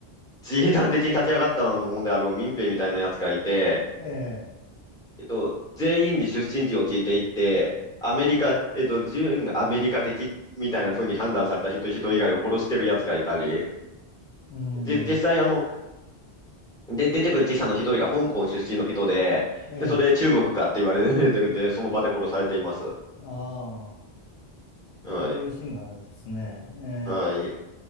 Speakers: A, in the centre; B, on the left (about 75°).
A: 自衛団的に立ち上がったものであろう民兵みたいなやつがいて、
B: ええ、
A: えっと、全員に出身地を聞いていって、アメリカ、えっと、準アメリカ的みたいな風に判断された人、人以外を殺してるやつがいたり、
B: うん、
A: じ、実際あの、で、出てくる記者の一人が香港出身の人で、
B: ええ、
A: で、それ中国かって言われて、<laughs> で、その場で殺されています。
B: ああ、
A: はい。
B: そういうシーンがあるんですね。ええ、
A: はい。